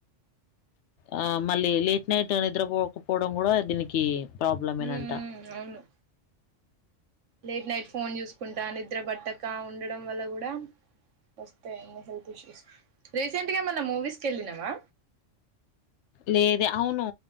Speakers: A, on the left; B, on the right.
A: ఆ మళ్ళీ లేట్ నైట్ నిద్రపోకపోవడం కూడా దీనికి ప్రాబ్లమేనంట
B: ఉమ్ ఉమ్ అవును లేట్ నైట్ ఫోన్ చూసుకుంటా నిద్ర బట్ట ఉండడం వల్ల కూడా వస్తాయిన్ని హెల్త్ ఇష్యూస్ రీసెంట్ గా ఏమన్నా మూవీస్కి వెళ్ళినవా
A: లేదే అవును